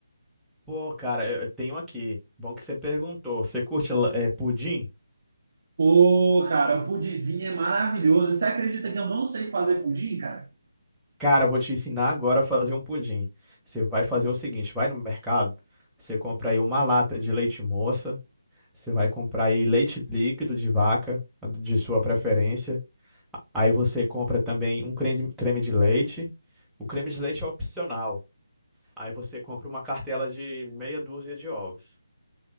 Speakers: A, in the centre; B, on the right.
A: Pô, cara, eu tenho aqui. Bom que você perguntou. Você curte la- eh, pudim?
B: Pô, cara, o pudizinho é maravilhoso. Você acredita que eu não sei fazer pudim, cara?
A: Cara, vou te ensinar agora a fazer um pudim. Você vai fazer o seguinte, vai no mercado, você compra aí uma lata de leite moça, você vai comprar aí leite líquido de vaca, de sua preferência. Aí você compra também um creme, creme de leite. O creme de leite é opcional. Aí você compra uma cartela de meia dúzia de ovos.